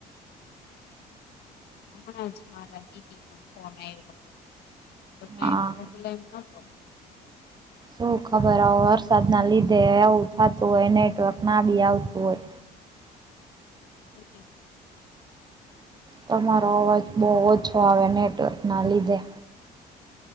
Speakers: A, on the left (about 70°); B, on the right (about 25°).
A: હમણાં જ મારા દીદી નો ફોન આવ્યો હતો તો કઈ
B: હા
A: પ્રોબ્લેમ નતો
B: શું ખબર હો વરસાદના લીધે એવું થતું હોય નેટવર્ક ના બી આવતું હોય
A: હમ્મ.
B: તમારો અવાજ બહુ ઓછો આવે નેટવર્કના લીધે